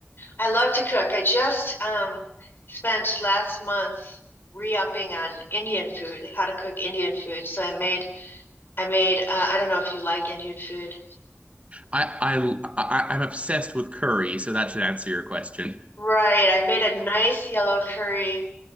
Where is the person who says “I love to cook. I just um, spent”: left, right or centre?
Left